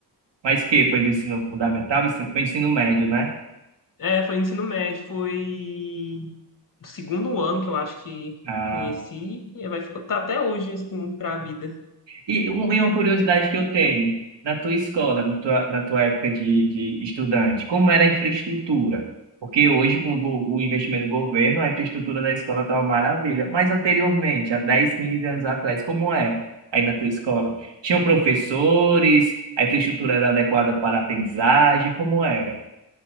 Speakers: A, on the right (about 80°); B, on the left (about 50°).
A: Mas que foi do ensino fundamental, ensino, foi ensino médio, né?
B: É, foi no ensino médio, foi do segundo ano que eu acho que
A: Ah,
B: conheci, e vai ficar, tá até hoje, assim, pra vida.
A: E uma e uma curiosidade que eu tenho, na tua escola, na tua, na tua época de, de estudante, como era a infraestrutura? Porque hoje, com o, go- o investimento do governo, a infraestrutura da escola está uma maravilha. Mas anteriormente, há 10 15 anos atrás, como era aí na tua escola? Tinham professores, a infraestrutura era adequada para a aprendizagem, como era?